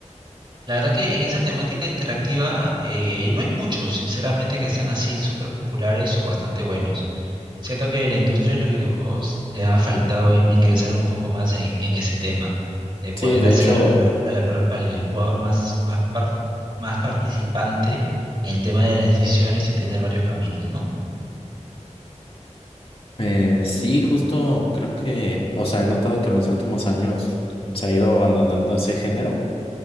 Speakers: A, on the right; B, on the left.
A: La verdad que en esa temática interactiva eh, no hay muchos, sinceramente, que sean así súper populares o bastante buenos. Siento que la industria de los videojuegos le ha faltado eh, ingresar un poco más en, en ese tema, de poder
B: Sí, de
A: hacer
B: hecho,
A: a- a la per- al jugador más, más, par- más participante en el tema de las decisiones y tener varios caminos, ¿no?
B: eh, sí, justo creo que, o sea, he notado que en los últimos años se ha ido abandonando ese género.